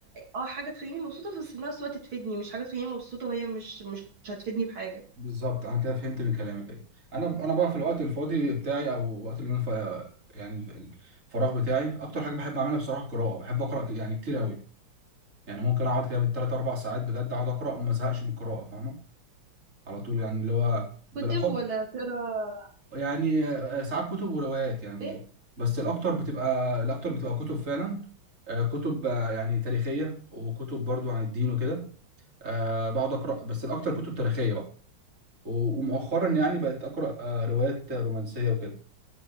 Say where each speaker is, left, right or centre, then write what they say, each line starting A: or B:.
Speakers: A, on the right (about 65°); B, on the right (about 35°).
A: اه حاجه تخليني مبسوطه بس في نفس الوقت تفيدني مش حاجه تخليني مبسوطه وهي مش مش هتفيدني بحاجه
B: بالظبط انا كده فهمت من كلامك ايوه انا انا بقى في الوقت الفاضي بتاعي او الوقت اللي انا ف... يعني الف- الفراغ بتاعي اكتر حاجه بحب اعملها بصراحه القراءه بحب اقرا ك- يعني كتير قوي يعني ممكن اقعد كده بالثلاث اربع ساعات بجد اقعد اقرا وما ازهقش من القراءه فاهمه على طول يعني اللي هو بالاخص
A: كتب ولا تقرا
B: يعني آه، آه، ساعات كتب وروايات يعني
A: ايه
B: بس الاكتر بتبقى الاكتر بتبقى كتب فعلا آه، كتب آه، يعني تاريخيه وكتب برضو عن الدين وكده آه، بقعد اقرا بس الاكتر كتب تاريخيه بقى و- ومؤخرا يعني بقت اقرا آه، روايات رومانسيه وكده